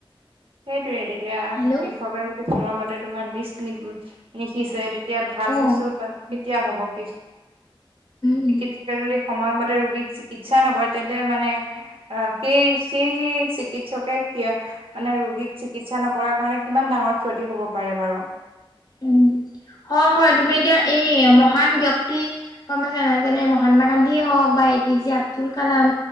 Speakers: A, on the right; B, on the left.
A: সেইটোৱে এতিয়া,
B: হেল্ল'
A: কৃষকে
B: অ
A: যদি সময়মতে তোমাৰ বীজ নিব-নিসিচে তে এতিয়া ভাল
B: উম
A: শস্য উৎপাদন কেতিয়া হ'ব? কি- <inaudible>
B: উম
A: চিকিৎসকে যদি সময়মতে ৰোগীক চিকিৎ চ্ছা নকৰে তেন্তে মানে আহ-সেই-সেই-চিকিৎসকে কি মানে ৰোগীক চিকিৎসা নকৰাৰ কাৰণে কিমান ডাঙৰ ক্ষতি হ'ব পাৰে বাৰু!
B: উম, হয়, হয়। তুমি এতিয়া এই মহান ব্যক্তি টি, গম পাইছা নে নাই যেনে মহাত্মা গান্ধীয়ে হওঁক বা A P J Abdul Kalam